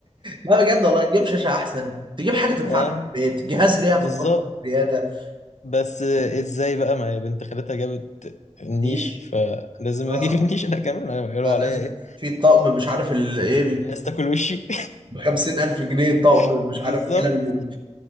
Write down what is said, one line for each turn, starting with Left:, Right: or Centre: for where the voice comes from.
Right: لا بجد والله تجيب شاشه احسن تجيب حاجه تنفعنا
Left: اه
Right: في البيت جهاز ليها
Left: بالظبط
Right: في المطبخ زياده
Left: بس ازاي بقى ما هي بنت خالتها جابت النيش
Right: نيش
Left: فلازم
Right: اه
Left: اجيب النيش انا كمان هيقولوا
Right: آه،
Left: عليا
Right: لازم
Left: ايه
Right: في طقم مش عارف ال- ايه
Left: الناس تاكل وشي
Right: ب 50000 جنيه طقم
Left: <laughs>
Right: مش
Left: بالظبط
Right: عارف حلل و-